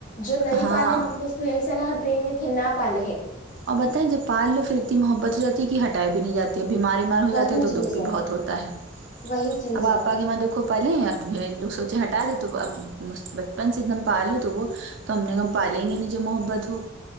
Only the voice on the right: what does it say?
ہاں
اور بتائیں جب پال لو پھر اتنی محبت ہو جاتی کہ ہٹائے بھی نہیں جاتے بیمار بیمار ہو جاتے
ہے تو
دکھ بھی بہت ہوتا ہے
اب آپ
کی ماں دیکھو پالے اب لوگ سوچے ہٹا دے تو اب بچپن سے ایک دم پالو تو وہ تو ہم نے کہ ہم پاالیں گے نہیں جو محبت ہو